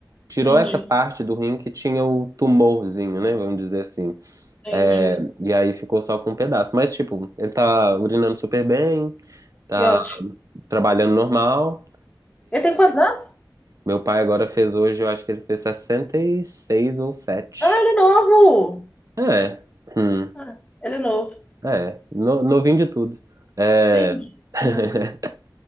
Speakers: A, on the right; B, on the left.
A: Tirou
B: Entendi,
A: essa parte do rim que tinha o tumorzinho, né? Vamos dizer assim.
B: entendi.
A: É, e aí ficou só com um pedaço. Mas, tipo, ele tá urinando super bem, tá
B: Que ótimo.
A: trabalhando normal.
B: Ele tem quantos anos?
A: Meu pai agora fez hoje, eu acho que ele fez 66 ou sete
B: Ah, ele é novo.
A: É. Hum.
B: Ah, ele é novo.
A: É. No- novinho de tudo. É.
B: Entendi.
A: <laughs>
B: Hum.